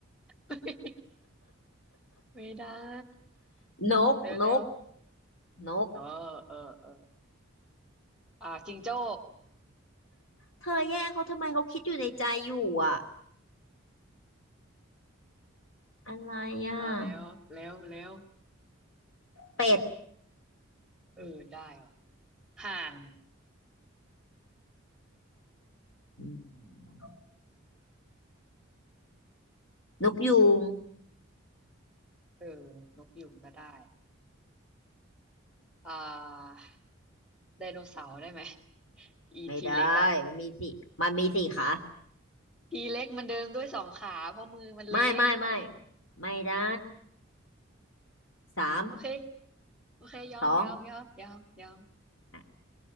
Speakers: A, in the centre; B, on the left (about 65°).
A: <laughs> ไม่ได้
B: นกนก
A: เร็วเร็ว
B: นก
A: เออเออเอออ่าจิงโจ้
B: เธอแย่งเขาทำไมเขาคิดอยู่ในใจอยู่อ่ะอะไรอ่ะ
A: เอาแล้วเร็วเร็ว
B: เป็ด
A: เออได้ว่ะห่าน
B: อืมนกยูง
A: เออนกยุงก็ได้อ่าไดโนเสาร์ได้ไหม <laughs> อีทีเล็กอ่ะ
B: ไม่ได้มันมีสี่มันมีสี่ขา
A: ทีเล็กมันเดินด้วยสองขาเพราะมือมันเล็ก
B: ไม่ไม่ไม่ไม่ได้สาม
A: โอเคโอเคยอมยอมยอมยอมยอม
B: สองอ่ะ